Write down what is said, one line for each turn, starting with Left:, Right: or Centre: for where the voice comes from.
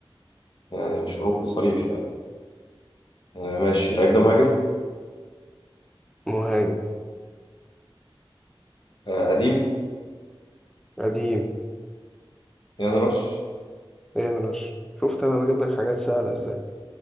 Left: يعني مش أوروبي صريح يعني آه... ماشي اللعيب ده مهاجم
Centre: مهاجم
Left: آه... قديم
Centre: قديم
Left: يعني رش
Centre: إيه انا رش شفت أنا بجيب لك حاجات سهلة إزاي